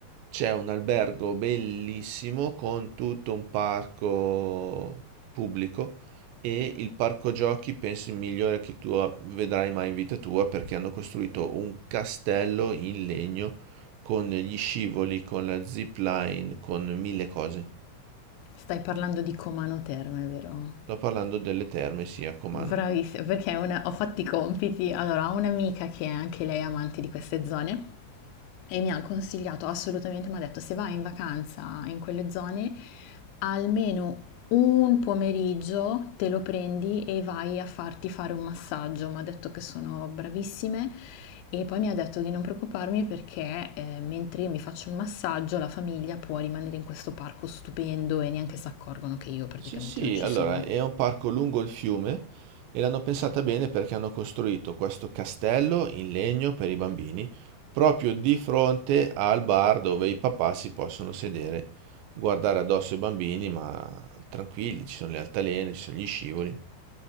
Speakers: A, on the right; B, on the left.
A: c'è un albergo bellissimo con tutto un parco pubblico e il parco giochi penso il migliore che tu vedrai mai in vita tua perché hanno costruito un castello in legno con gli scivoli, con la zip line, con mille cose.
B: Stai parlando di Comano Terme, vero?
A: Sto parlando delle terme, sì, a Comano.
B: Bravissima, perché una- ho fatto i compiti. Allora, ho un'amica che è anche lei amante di queste zone. e mi ha consigliato assolutamente, mi ha detto se vai in vacanza in quelle zone, almeno un pomeriggio te lo prendi e vai a farti fare un massaggio. Mi ha detto che sono bravissime e poi mi ha detto di non preoccuparmi perché eh, mentre io mi faccio un massaggio la famiglia può rimanere in questo parco stupendo e neanche si accorgono che io praticamente
A: Sì, sì,
B: non ci
A: allora
B: sono.
A: è un parco lungo il fiume e l'hanno pensata bene perché hanno costruito questo castello in legno per i bambini proprio di fronte al bar dove i papà si possono sedere, guardare addosso i bambini, ma tranquilli, ci sono le altalene, ci sono gli scivoli.